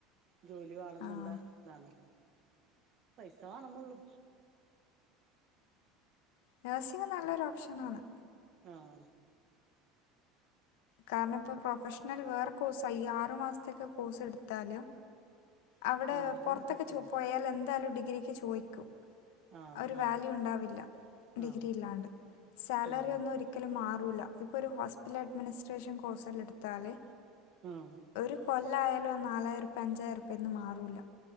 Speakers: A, on the right; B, on the left.
A: ജോലി വേണന്നുള്ള
B: ആഹ്
A: ഇതാണ് പൈസ വാണംന്നൊളളു
B: നേഴ്സിംഗ നല്ലൊരു ഓപ്ഷനാണ്
A: ആഹ്
B: കാരണം ഇപ്പോൾ പ്രൊഫഷണൽ വേറെ കോഴ്സാ ഈ യാറ് മാസത്തേ കോഴ്സ് എടുത്താല് അവിടെ
A: ആഹ് അതൊന്നും
B: പുറത്തൊക്കെ
A: പറ്റൂല
B: ച്ചു പോയാൽന്ത് എന്താലും ഡിഗ്രിക്ക് ചോദിക്കും
A: ആഹ്
B: ഒരു
A: ആഹ്
B: വാല്യൂ ഉണ്ടാവില്ല ഡിഗ്രി
A: ആഹ്
B: ഇല്ലാണ്ട് സാലറി
A: ഉം
B: ഒന്നും ഒരിക്കലും മാറൂല്ല ഇപ്പൊര് ഹോസ്പിറ്റൽ അഡ്മിനി സ്‌ട്രേഷൻ കോഴ്സ് എല്ലട്താല്
A: ഉം
B: <unintelligible> കൊല്ലായാലോ നാ <unintelligible> ഒരഅഞ്ചായിരുർപീന്ന് മാറൂല